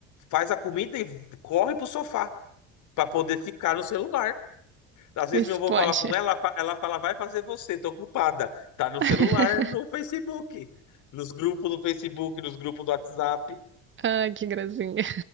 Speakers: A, on the left; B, on the right.
A: faz a comida e corre pro sofá para poder ficar no celular. Às vezes
B: Vê
A: meu
B: se
A: avô
B: pode.
A: fala com ela, ela fala, vai fazer você, tô ocupada. Tá no celular,
B: <laughs>
A: no Facebook, nos grupos do Facebook, nos grupos do WhatsApp.
B: Ai, que gracinha.